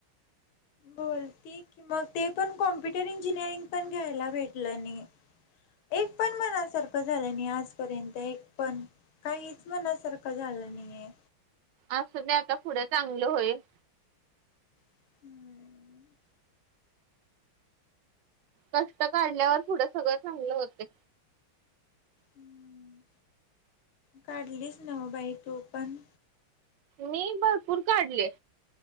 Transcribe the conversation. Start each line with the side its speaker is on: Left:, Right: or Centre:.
Left: बोलतेय की मग ते पण कॉम्प्युटर इंजिनिअरिंग पण घ्यायला भेटलं नाही. एक पण मनासारखं झालं नाही आजपर्यंत एक पण. काहीच मनासारखं झालं नाहीये.
Right: असुदे आता पुढं चांगलं होईल.
Left: हम्म.
Right: कष्ट काढल्यावर पुढ सगळं चांगल होते.
Left: हम्म. काढलीसं नाव बाई तू पण.
Right: मी भरपूर काढले.